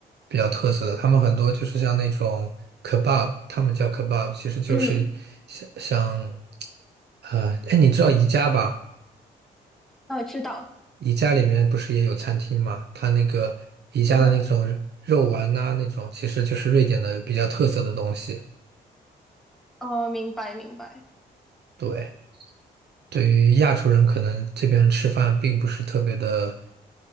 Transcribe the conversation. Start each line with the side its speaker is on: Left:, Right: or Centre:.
Right: 比较特色的。他们很多就是像那种 kebab，他们叫 kebab，其实就是像像
Centre: 嗯，
Right: 呃，哎，你知道宜家吧？
Centre: 哦，知道。
Right: 宜家里面不是也有餐厅吗？它那个宜家的那种肉丸呐、
Centre: 嗯，
Right: 那种其实就是瑞典的比较特色的东西。
Centre: 哦，明白明白。
Right: 对，对于亚洲人，可能这边吃饭并不是特别的。